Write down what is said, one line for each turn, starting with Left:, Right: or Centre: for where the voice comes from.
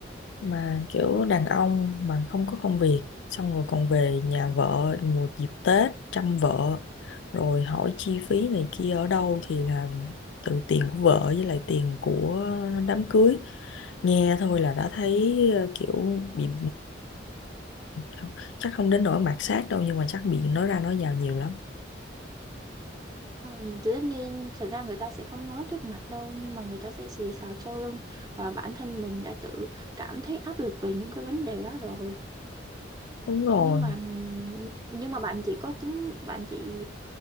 Left: mà kiểu đàn ông mà không có công việc xong rồi còn về nhà vợ mùa dịp Tết chăm vợ rồi hỏi chi phí này kia ở đâu thì là từ tiền của vợ với lại tiền của đám cưới nghe thôi là đã thấy ờ, kiểu bị không, chắc không đến nỗi mạt sát đâu nhưng mà chắc bị nói ra nói vào nhiều lắm
Right: ừ, thì tất nhiên thật ra người ta sẽ không nói trước mặt đâu nhưng mà người ta sẽ xì xào sau lưng và bản thân mình đã tự cảm thấy áp lực về những cái vấn đề đó rồi
Left: đúng rồi
Right: nhưng mà nhưng mà bạn chị có tính bạn chị